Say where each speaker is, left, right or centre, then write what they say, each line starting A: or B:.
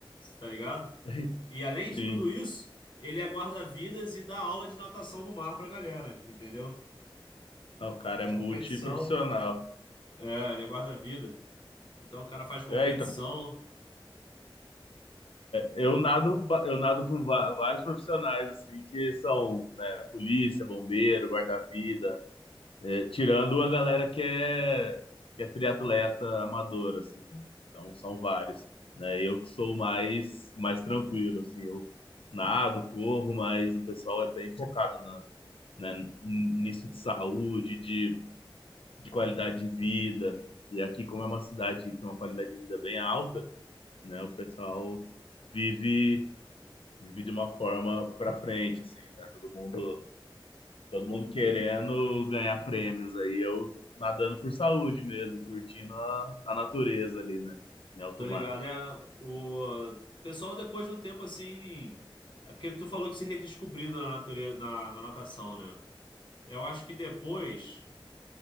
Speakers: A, on the left (about 60°); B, on the left (about 85°).
A: tá ligado?
B: <laughs>
A: E além
B: Sim,
A: de tudo isso, ele é guarda-vidas e dá aula de natação no mar pra galera, entendeu?
B: Ah, o cara
A: Ele faz
B: é multiprofissional.
A: competição. É, ele é guarda-vida. Então o cara faz competição,
B: É, então. Eu nado, eu nado com va- vários profissionais, assim, que são, né, polícia, bombeiro, guarda-vida, é, tirando a galera que é, que é triatleta amador, assim, né? Então, são vários, né? Eu que sou mais, mais tranquilo, assim, eu nado, corro, mas o pessoal é bem focado na, né, n- nisso de saúde, de, de qualidade de vida. E aqui, como é uma cidade que tem uma qualidade de vida bem alta, né, o pessoal vive vive de uma forma para frente, assim, né? Todo mundo, todo mundo querendo ganhar prêmios aí, eu nadando por saúde mesmo, curtindo a, a natureza ali, né? Em alto
A: tô ligado,
B: mar.
A: é o pessoal depois de um tempo assim, é porque tu falou que se redescobriu na natureza, na, na natação, né? Eu acho que depois